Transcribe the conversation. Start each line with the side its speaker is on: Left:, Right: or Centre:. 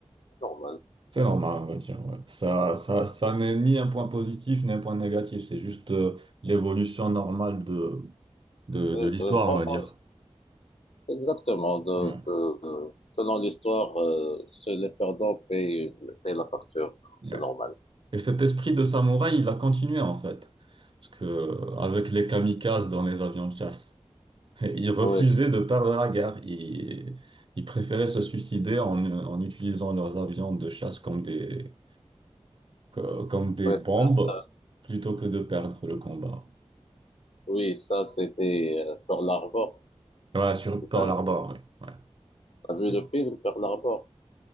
Left: normal.
Right: C'est normal, on va dire. ouais. Ça, ça, ça n'est ni un point positif ni un point négatif. C'est juste euh, l'évolution normale de, de,
Left: Oui,
Right: de l'histoire,
Left: euh, pendant-
Right: on va dire.
Left: exactement. Donc,
Right: Ouais.
Left: euh, selon l'histoire, euh, seul les perdants payent, payent la facture.
Right: ouais.
Left: C'est normal.
Right: Et cet esprit de samouraï, il a continué en fait. Parce que, euh, avec les kamikazes dans les avions de chasse, <laughs> il refusait
Left: Oui,
Right: de perdre la guerre. Il, il préférait se suicider en, euh, en utilisant leurs avions de chasse comme des, co- comme des
Left: oui,
Right: bombes
Left: ça, ça,
Right: plutôt que de perdre le combat.
Left: oui, ça, c'était euh, Pearl Harbor.
Right: Ouais, sur
Left: Tu
Right: Pearl
Left: T'as,
Right: Harbor, ouais.
Left: t'as vu
Right: ouais.
Left: le film Pearl Harbor?